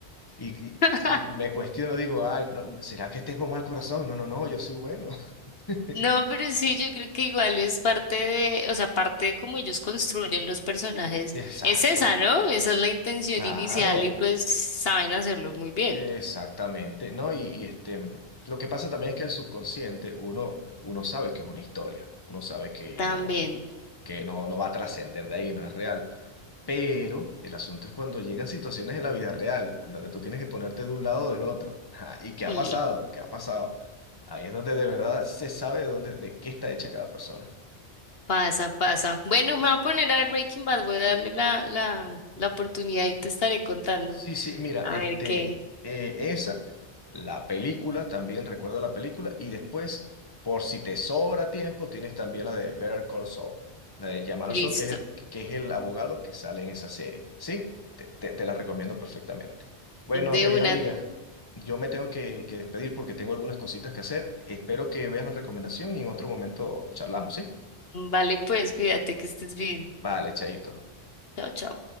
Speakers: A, on the left; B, on the left.
A: Y,
B: <laughs>
A: y, y me cuestiono, digo, ay, no, ¿será que tengo mal corazón? No, no, no, yo soy bueno. <laughs>
B: No, pero sí, yo creo que igual es parte de, o sea, parte de cómo ellos construyen los personajes.
A: Exacto,
B: Es esa, ¿no? Esa es la intención
A: claro,
B: inicial y pues saben hacerlo muy bien.
A: exactamente, ¿no? Y, y, este, mm, lo que pasa también es que el subconsciente, uno, uno sabe que es una historia, uno sabe que
B: También.
A: no, que no, no va a trascender de ahí, no es real. Pero el asunto es cuando llegan situaciones en la vida real, en donde tú tienes que ponerte de un lado o del otro. <laughs> Ajá, ¿Y qué ha
B: mm,
A: pasado? ¿Qué ha pasado? Ahí es donde de verdad se sabe de dónde, de qué está hecha cada persona.
B: pasa, pasa. Bueno, me voy a poner a ver Breaking Bad, voy a darle la, la, la oportunidad y te estaré contando.
A: Sí, sí, mira,
B: A
A: este,
B: ver qué.
A: eh, esa, la película, también recuerda la película, y después, por si te sobra tiempo, tienes también la de Better Call Saul, la de Llamar
B: Listo.
A: a Saul, que es el, que es el abogado que sale en esa serie, ¿sí? Te, te- te la recomiendo perfectamente. Bueno,
B: De
A: querida
B: una.
A: amiga, yo me tengo que, que despedir porque tengo algunas cositas que hacer. Espero que veas la recomendación y en otro momento charlamos, ¿sí?
B: Vale, pues cuídate que estés bien.
A: Vale, chaito.
B: Chao, chao.